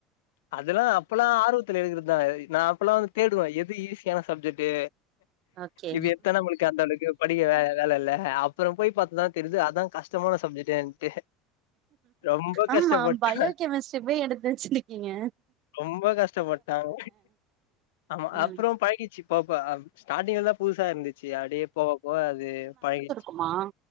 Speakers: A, on the left; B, on the right.
A: அதல்லா அப்பல்லா ஆர்வத்துல எடுக்கறதுதா நா அப்பல்லாம் வந்து தேடுவேன் எது ஈஸியான சப்ஜெக்ட்டு
B: ஓகே
A: இது எத்தா நம்மளுக்கு அந்த அளவுக்கு படிக்க வேல வேல இல்ல அப்பறம் போய் பாத்து தா தெரிது அதா கஷ்டமான சப்ஜெக்ட்டுன்ட்டு ரொம்ப
B: ஆமா
A: கஷ்டப்பட்டே
B: பயோ கெமிஸ்ட்ரி போய் எடுத்து வச்சுருக் கீங்க
A: ரொம்ப கஷ்டப்பட்டன் ஆமா
B: ம்
A: அப்பறம் பழகிச்சு போப்போ ஸ்டாடிங்லதா புதுசா இருந்துச்சு அப்டியே போகப்போக அது பழகிச்சு
B: ஆமா